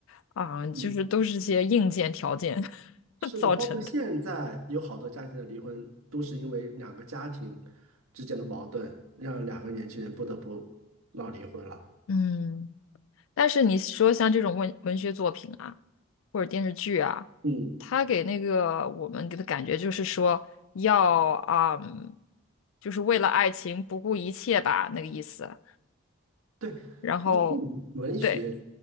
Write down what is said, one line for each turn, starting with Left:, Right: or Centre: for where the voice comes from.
Left: 啊，就是都是些硬件条件
Right: 嗯。
Left: <laughs>
Right: 是的，
Left: 造成的。
Right: 包括现在有好多家庭的离婚，都是因为两个家庭之间的矛盾，让两个年轻人不得不闹离婚了。
Left: 嗯。但是你说像这种文文学作品啊，或者电视剧啊，
Right: 嗯，
Left: 它给那个我们给的感觉就是说要啊、嗯就是为了爱情不顾一切吧，那个意思。
Right: 对，
Left: 然后，
Right: 你文学
Left: 对，